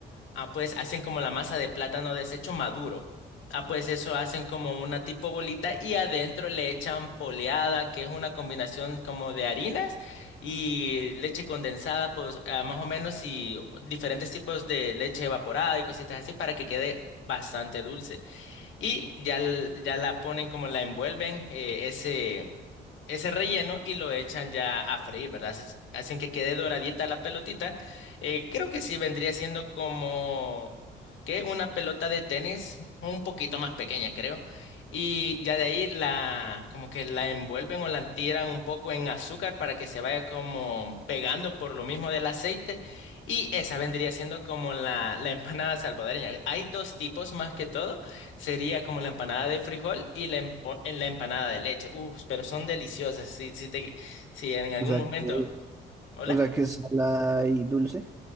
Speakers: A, on the left; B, on the right.
A: Ah, pues hacen como la masa de plátano deshecho maduro. Ah, pues eso hacen como una tipo bolita y adentro le echan poleada, que es una combinación como de harinas y leche condensada, pues ah, más o menos y diferentes tipos de leche evaporada y cositas así para que quede bastante dulce y ya, l- ya la ponen como la envuelven eh, ese, ese relleno y lo echan ya a freír, ¿verdad? Hace- Hacen que quede doradita la pelotita. Eh, creo que sí vendría siendo como que una pelota de tenis un poquito más pequeña, creo. Y ya de ahí la, como que la envuelven o la tiran un poco en azúcar para que se vaya como pegando por lo mismo del aceite. Y esa vendría siendo como la, la empanada salvadoreña. Hay dos tipos más que todo. Sería como la empanada de frijol y la, empo- en la empanada de leche. Uf, pero son deliciosas. Si, si, te, si en algún
B: O sea,
A: momento.
B: que,
A: ¿Hola?
B: o sea que es salada y dulce.